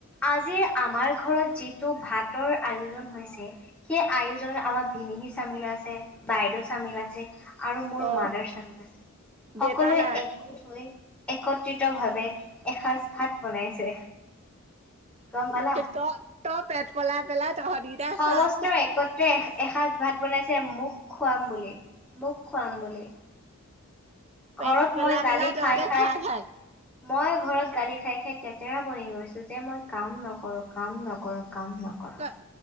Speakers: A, in the centre; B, on the right.
A: আজিৰ আমাৰ ঘৰত যিটো ভাতৰ আয়োজন হৈছে সেই আয়োজনত আমাৰ ভিন সি চামিল আছে বাইদেউ চামিল আছে। আৰু মোৰ
B: অ
A: মাদাৰ চামিল আছে সকলোৱে
B: দেউতা নাই
A: একগোট হৈ একত্ৰিত ভাৱে এসাঁজ ভাত বনাইছে। গম পালা
B: তই তই পেট পলাই পেলাই তহঁতকেইটাই
A: সমস্ত
B: খা
A: একত্ৰে এসাঁজ ভাত বনাইছে মোক খুৱাম বুলি মোক খুৱাম বুলি।
B: পেট
A: ঘৰত
B: পেলাই
A: মই গালি
B: পেলাই তহঁতে
A: খাই খাই
B: থাক
A: মই ঘৰত গালি খাই খাই তেতেৰা বনি গৈছো যে মই কাম নকৰো কাম নকৰো কাম নকৰোঁ।
B: তই